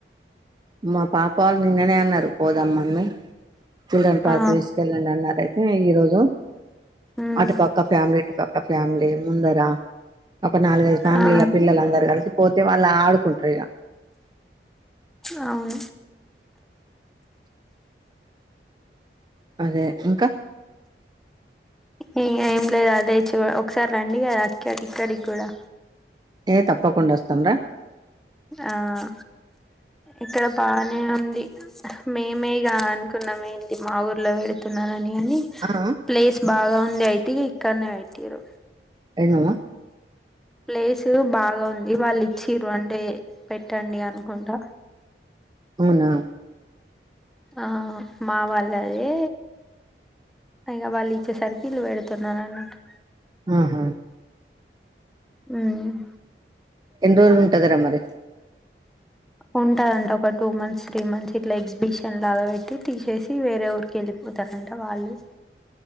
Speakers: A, on the right (about 25°); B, in the centre.
A: మా పాప అల్లు నిన్ననే అన్నరు. పోదాం మమ్మీ చిల్డ్రన్ పార్క్
B: ఆ
A: తీసుకెళ్ళండి అన్నార్ అయితే ఈరోజు
B: ఉమ్
A: అటుపక్క ఫ్యామిలీ ఇటుపక్క ఫ్యామిలీ ముందరా ఒక నాలుగైదు ఫ్యామిలీ
B: ఆ
A: ఇగ పిల్లలందరు గలిసి పోతే వాళ్ ఆడుకుంటారు ఇగ
B: ఔను
A: అదే ఇంకా
B: ఇంగ ఏం లేదు అదే ఇచ్చివో ఒకసారి రండి గద అక్క ఇక్కడికి గూడా.
A: ఏ తప్పకుండా ఓస్తాంరా
B: ఆ ఇక్కడ బానే ఉంది. మేమేగా అనుకున్నాం ఏంటి మా ఊర్ లో వెడుతున్నారని గాని
A: ఆ
B: ప్లేస్ బాగా ఉండె అయితె ఇక్కడ్నే వెట్టిరు.
A: ఎందమ్మ
B: ప్లేసు బాగా ఉంది వాళ్ళు ఇచ్చిరు అంటే పెట్టండి అనుకుంటా.
A: అవునా
B: ఆహ్ మా వాళ్ళ లవే ఇంగ వాళ్ళు ఇచ్చేసరికి ఇలూ పెడ్ తున్నారు అన్నట్టు
A: ఆహా
B: ఉమ్
A: ఎన్ని రోజులు ఉంటదిరా మరి?
B: ఉంటదంట ఒక టూ మంత్స్, త్రీ మంత్స్ ఇట్లా ఎగ్జిబిషన్ లాగా పెట్టి తీసేసి వేరే ఊరికి వెళ్ళి పోతారంట వాళ్ళు